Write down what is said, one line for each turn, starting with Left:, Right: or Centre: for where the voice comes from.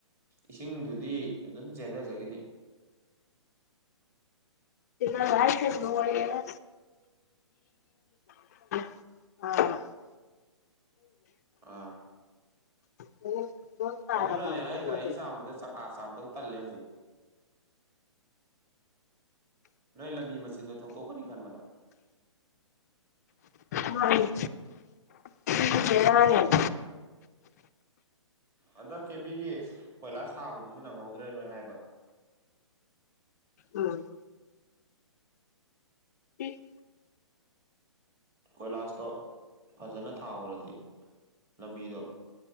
Right: ꯏꯁꯤꯡꯗꯨꯗꯤ ꯑꯗꯨꯝ ꯆꯦꯟꯊꯖꯒꯤꯅꯤ
Left: ꯆꯦꯟꯗꯕ ꯍꯥꯏꯖꯦ ꯂꯣꯏꯔꯦꯗꯥ <unintelligible>
Right: ꯑꯥ
Left: ꯐꯤꯕꯝ ꯇꯥꯔꯕ
Right: ꯑꯗꯨꯅꯅꯦ
Left: ꯑꯗꯨ
Right: ꯑꯩ
Left: ꯑꯣꯏꯔꯦꯕ
Right: ꯒꯥꯔꯤ ꯆꯥꯝꯕꯗ ꯆꯛ ꯀꯥ ꯆꯥꯝꯗꯧ ꯇꯜꯂꯦ ꯍꯧꯖꯤꯛ ꯅꯣꯏ ꯂꯝꯕꯤ ꯃꯆꯤꯟꯗꯣ ꯊꯧꯗꯣꯛꯀꯅꯤ ꯈꯟꯕꯗ
Left: ꯃꯟꯅꯦ ꯑꯗꯨꯖꯨ ꯕꯦꯔꯥꯅꯦ
Right: ꯍꯟꯗꯛ ꯀꯦꯕꯤꯒꯤ ꯀꯣꯏꯂꯥꯁ ꯁꯥꯕꯗꯨꯖꯨ ꯅꯪꯍꯧꯗ꯭ꯔꯦ ꯅꯣꯏ ꯍꯥꯏꯕ
Left: ꯎꯝ ꯑꯦ
Right: ꯀꯣꯏꯂꯥꯁꯇꯣ ꯐꯖꯅ ꯊꯥꯎꯍꯧꯔꯗꯤ ꯂꯝꯕꯤꯗꯣ